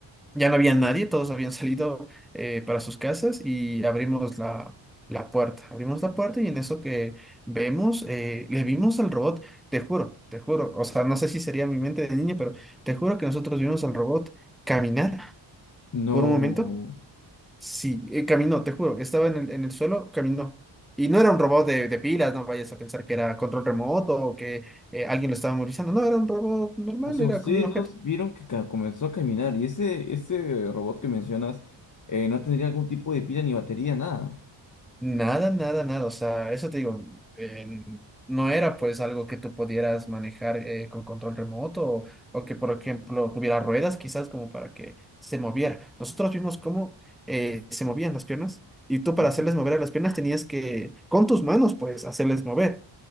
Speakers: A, in the centre; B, on the left (about 40°).
A: ya no había nadie, todos habían salido eh, para sus casas y abrimos la, la puerta. Abrimos la puerta y en eso que vemos, eh, le vimos al robot, te juro, te juro, o sea, no sé si sería mi mente de niño, pero te juro que nosotros vimos al robot caminar
B: No.
A: por un momento. Sí, eh, caminó, te juro, estaba en el, en el suelo, caminó. Y no era un robot de, de pilas, no vayas a pensar que era control remoto o que eh, alguien lo estaba movilizando, no, era un robot normal,
B: O sea,
A: era
B: ustedes
A: como un objeto.
B: dos vieron que ca- comenzó a caminar y este, este robot que mencionas eh, no tendría algún tipo de pila ni batería, nada.
A: Nada, nada, nada. O sea, eso te digo, eh, no era pues algo que tú pudieras manejar eh, con control remoto o, o que, por ejemplo, tuviera ruedas quizás como para que se moviera. Nosotros vimos cómo eh, se movían las piernas y tú para
B: Ujú.
A: hacerles mover a las piernas tenías que, con tus manos, pues, hacerles mover.